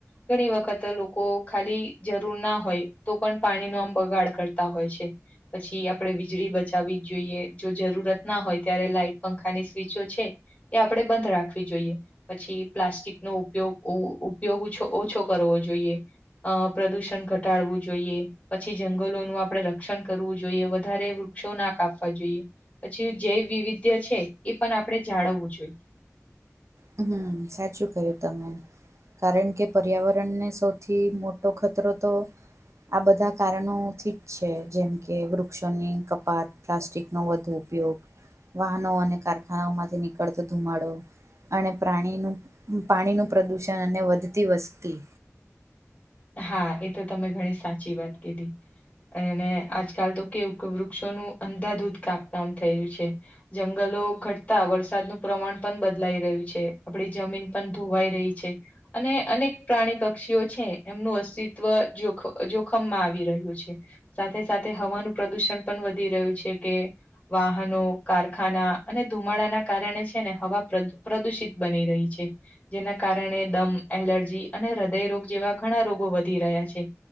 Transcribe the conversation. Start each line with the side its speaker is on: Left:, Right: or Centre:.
Left: ઘણી વખત લોકો ખાલી જરૂર ના હોય, તો પણ પાણીનો આમ બગાડ કરતા હોય છે. પછી આપણે વીજળી બચાવવી જ જોઈએ. જો જરૂરત ના હોય, ત્યારે લાઈટ પંખાની સ્વિચો છે, એ આપણે બંધ રાખવી જોઈએ. પછી પ્લાસ્ટિકનો ઉપયોગ, ઉપયોગ ઓછો કરવો જોઈએ. અ પ્રદુષણ ઘટાડવું જોઈએ. પછી જંગલોનું આપણે રક્ષણ કરવું જોઈએ, વધારે વૃક્ષો ના કાપવા જોઈએ. પછી જે વિવિધ્ય છે, એ પણ આપણે જાળવવું જોઈએ.
Right: હમ્મ સાચું ક્યું તમે? કારણ કે પર્યાવરણને સૌથી મોટો ખતરો તો આ બધા કારણોથી જ છે, જેમ કે વૃક્ષોની કપાત પ્લાસ્ટિકનો વધુ ઉપયોગ વાહનો અને કારખાનાઓમાંથી નીકળતો ધુમાડો અને પ્રાણીનું, પાણીનું પ્રદૂષણ અને વધતી વસ્તી
Left: હા, એ તો તમે ઘણી સાચી વાત કીધી અને આજકાલ તો કે વૃક્ષોનું અંધાધૂધ કાપતા થયેલું છે. જંગલો ઘટતા વરસાદનું પ્રમાણ પણ બદલાઈ રહ્યું છે આપણી જમીન પણ ધોવાઈ રહી છે. છે અને અનેક પ્રાણી, પક્ષીઓ છે. એમનું અસ્તિત્વ જોખ જોખમમાં આવી રહ્યું છે. સાથે સાથે હવાનું પ્રદુષણ પણ વધી રહ્યું છે કે વાહનો, કારખાના અને ધુમાડાના કારણે છે ને, હવા પ્રદુષિત બની રહી છે. જેના કારણે દમ, એલર્જી અને હૃદયરોગ જેવા ઘણા રોગો વધી રહ્યા છે.